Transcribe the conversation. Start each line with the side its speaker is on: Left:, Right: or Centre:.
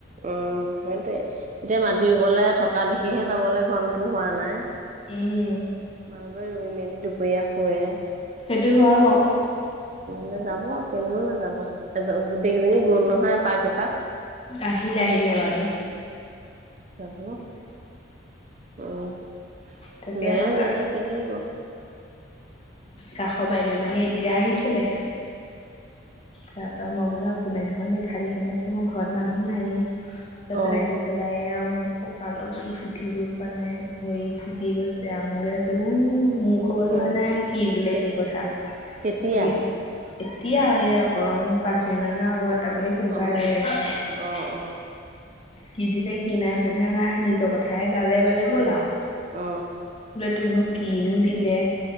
Right: উম, সেইটোয়ে এতিয়া মাটি ৰুবলৈ থকা দেখিহে যাবলৈ ঘনটো হোৱা নাই।
Left: উম,
Right: মানুহবোৰে ৰুই মেলি দুপৰীয়া শুৱে।
Left: সেইটো হয় বাৰু
Right: নে যাব কেলেনো নাযাব এ গোটেইকেইজনী গ'ল নহয় এপাক - এপাক।
Left: আহিলে - আহিলে বাৰী।
Right: যাব উম, নেৰে
Left: তাকে আমাৰ
Right: -
Left: কা
Right: নেৰে কেলে এৰিব।
Left: কাষৰ বাইদেউজনী এতিয়া আহিছিলে।
Right: <inaudible>
Left: তা পা মই বোলো আপোনাক দেখুন দেখা দেখি না চি মই ঘৰত মানুহ নাইয়েই তাৰপিছত
Right: অ
Left: আহি পেলাই এয়া মোক কঁকালৰ বিষ উঠিবই পৱা নাই ভৰি দি গৈছে আমুকহে হৈছে উ মোক খবৰ লোৱা
Right: অ
Left: নাই কি দিলে
Right: কে
Left: কি কথা
Right: কেতিয়া
Left: ই এতিয়া এহ অকণ পাঁচ মিনিট মানৰ আগত আপুনি ফোন কৰা
Right: অ
Left: আগে আগে
Right: অ অ
Left: কি দিলে কি নাই সোধা নাই নিজৰ কথাই গালে বালে গ'ল আও
Right: অ,
Left: বোলে তোকনো কিনো দিলে